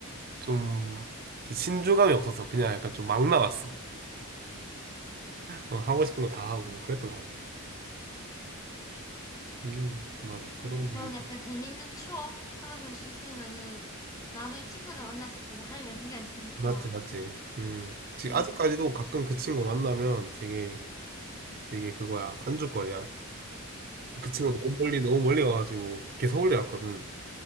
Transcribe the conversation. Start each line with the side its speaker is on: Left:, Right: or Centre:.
Right: 좀 신중함이 없어서 그냥 약간 좀 막 나갔어. 어, 하고 싶은 거 다 하고 뭐 그랬던 것 같아. 음 맞아 그런
Left: 그래도 그런
Right: 일.
Left: 약간 재밌는 추억 하나둘씩 있으면은 나중에 친구들 만났을 때도 할 얘기가 있으니까.
Right: 맞지, 맞지. 음. 지-
Left: 응.
Right: 아직까지도 가끔 그 친구 만나면 되게, 되게 그거야. 안주거리야. 그 친구 너무 멀리, 너무 멀리 와가지고 걔 서울대 왔거든.